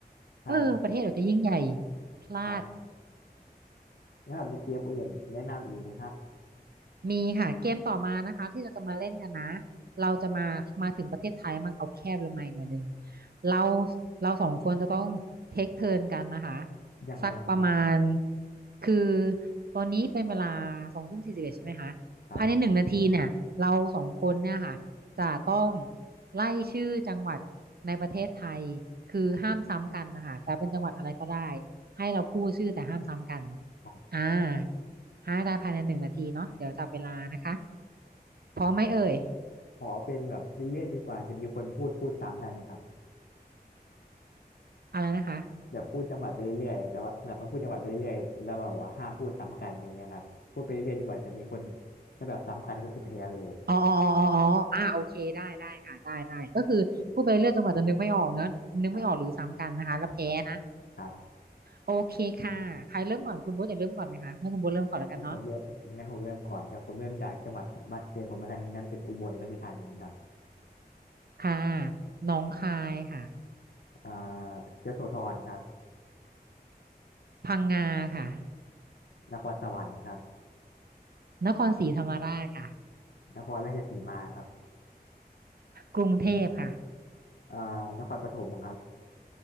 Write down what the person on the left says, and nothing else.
ใช่
ครับถ้ามีเกมอื่นแนะนำอีกไหมครับ
ยังไงนะครับ
ครับ
ครับ
ขอเป็นแบบเรื่อยๆจนกว่าจะมีคนพูดพูดซ้ำได้ไหมครับ
แบบพูดจังหวัดไปเรื่อยๆแต่ว่าแบบมันพูดจังหวัดไปเรื่อยๆแล้วแบบว่าห้ามพูดซ้ำกันอย่างเงี้ยครับพูดไปเรื่อยๆจนกว่าจะมีคนถ้าแบบซ้ำกันก็คือแพ้เลย
ครับครับครับ
งั้นผมเริ่มงั้นผมเริ่มก่อนครับผมเริ่มจากจังหวัดบ้านเกิดผมลกันงั้นเป็นอุบลราชธานีครับ
อ่ายโสธรครับ
นครสวรรค์ครับ
นครราชสีมาครับ
อ่านครปฐมครับ